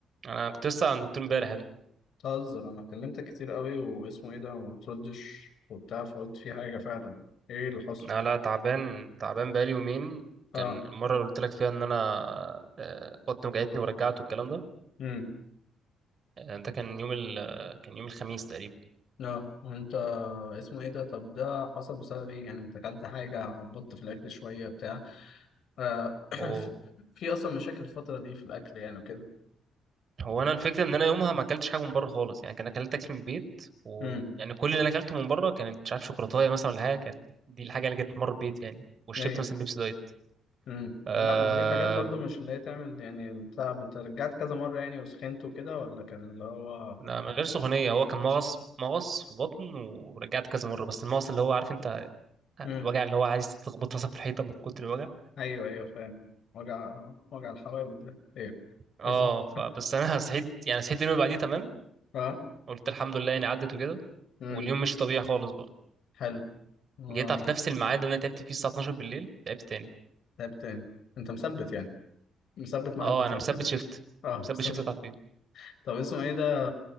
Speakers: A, on the right; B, on the left.
A: انا كنت لسه عند دكتور امبارح يا ابني.
B: تهزر انا كلمتك كتير قوي واسمه ايه ده وما بتردش وبتاع فقلت في حاجه فعلا ايه اللي حصل
A: انا لا تعبان تعبان بقالي يومين
B: اه
A: كان المره اللي قلت لك فيها ان انا آه، بطني وجعتني ورجعت والكلام ده
B: امم
A: آه، ده كان يوم ال... آه، كان يوم الخميس تقريبا
B: اه وانت اسمه ايه ده طب ده حصل بسبب ايه يعني انت اكلت حاجه عبطت في الاكل شويه بتاع آه. <coughs>
A: هو
B: <clears throat> في اصلا مشاكل الفتره دي في الاكل يعني وكده
A: هو انا الفكره ان انا يومها ما اكلتش حاجه من بره خالص يعني كان اكلت اكل من البيت ويعني
B: امم
A: كل اللي انا اكلته من بره كانت مش عارف شوكولاته مثلا ولا حاجه كانت دي الحاجه اللي جت من بره البيت يعني وشربت
B: ليه
A: مثلا بيبسي دايت
B: امم
A: آه...
B: لا ما دي حاجات برضو مش اللي هي تعمل يعني التعب انت رجعت كذا مره يعني وسخنت وكده ولا كان اللي هو
A: لا، من غير سخونيه هو كان مغص مغص في بطن ورجعت كذا مره بس المغص اللي هو عارف انت
B: امم
A: الوجع اللي هو عايز تخبط راسك في الحيطه من كتر الوجع
B: ايوه ايوه فاهم وجع وجع الحوامل ده ايه
A: اه
B: اسمه
A: فبس انا صحيت يعني صحيت اليوم اللي بعديه تمام
B: اه
A: قلت الحمد لله يعني عدت وكده
B: امم
A: واليوم مش طبيعي خالص بقى
B: حلو آه.
A: جيت في نفس الميعاد اللي انا تعبت فيه الساعه 12 بالليل تعبت تاني
B: لعب تاني انت مثبت يعني مثبت ميعاد
A: اه
B: بتاعك
A: انا مثبت
B: <laughs>
A: شيفت
B: اه
A: مثبت
B: مثبت
A: شيفت اتعب فيه
B: طب اسمه ايه ده